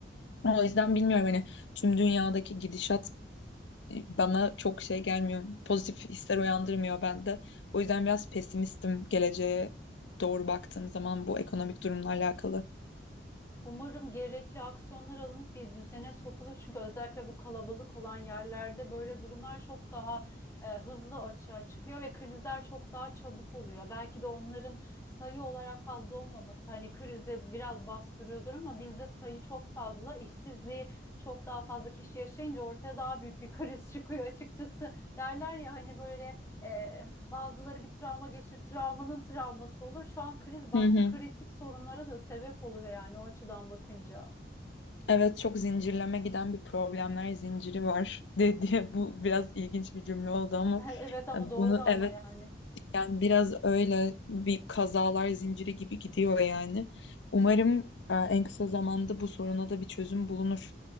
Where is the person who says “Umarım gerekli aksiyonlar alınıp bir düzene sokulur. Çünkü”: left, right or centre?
Left